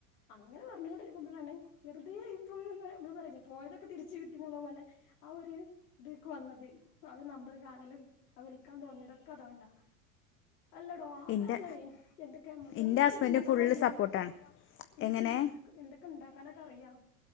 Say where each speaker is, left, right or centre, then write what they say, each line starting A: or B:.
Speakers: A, on the left; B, on the left.
A: അങ്ങനെ പറഞ്ഞുകൊണ്ടിരിക്കുമ്പോഴാണ് വെറുതെ ഇപ്പൊ ഞങൾ നമ്മള് പറയുലെ പോയതൊക്കെ തിരിച്ചു കിട്ടിയുള്ള പോലെ ആ ഒരു ഇതിക്ക് വന്നത് ആദ്യം നമ്പർ കാണലും ആ വിളിക്കാൻ തോന്നിയതൊക്കെ അതോണ്ടാ അല്ലടോ അപ്പം
B: എൻ്റെ
A: നമ്മളേ എന്തൊക്കെമ്മക്ക്
B: എൻ്റെ
A: ഇങ്ങക്ക് എന്തൊക്കെ
B: ഹസ്ബൻഡ്
A: ഇണ്ടാക്കനറിയാ
B: ഫുള്ള് സപ്പോർട്ടാണ്
A: എന്തൊക്കെണ്ടാക്കാന
B: എങ്ങനെ
A: എന്തൊക്കെ ഇണ്ടാക്കാനൊക്കെ അറിയാ